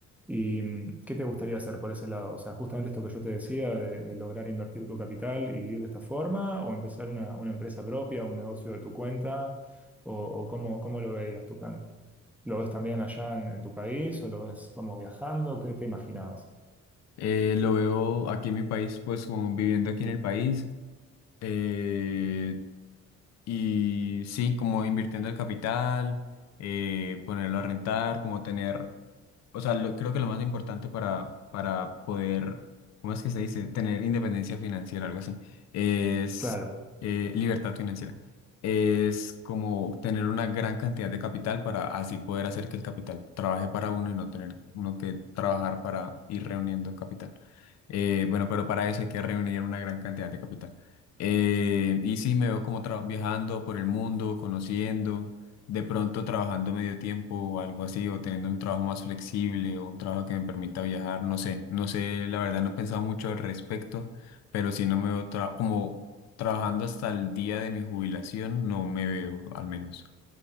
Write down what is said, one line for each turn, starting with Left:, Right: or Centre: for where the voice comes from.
Centre: ¿Y mm, qué te gustaría hacer por ese lado? O sea, justamente esto que yo te decía de, de lograr invertir tu capital y vivir de esta forma, o empezar una, una empresa propia, un negocio de tu cuenta, o, o cómo, cómo lo veías tu plan. ¿Lo ves también allá en, en tu país o lo ves como viajando? ¿Qué te imaginabas?
Left: Eh, lo veo aquí en mi país, pues como viviendo aquí en el país. eh, y sí, como invirtiendo el capital, eh, ponerlo a rentar, como tener O sea, lo- creo que lo más importante para, para poder, ¿cómo es que se dice? Tener independencia financiera, algo así, es
Centre: Claro.
Left: eh, libertad financiera. Es como tener una gran cantidad de capital para así poder hacer que el capital trabaje para uno y no tener uno que trabajar para ir reuniendo capital. Eh, bueno, pero para eso hay que reunir una gran cantidad de capital. Eh, y sí, me veo como tra- viajando por el mundo, conociendo de pronto trabajando medio tiempo o algo así, o teniendo un trabajo más flexible o un trabajo que me permita viajar, no sé, no sé, la verdad no he pensado mucho al respecto, pero si no me veo tra- como trabajando hasta el día de mi jubilación, no me veo al menos.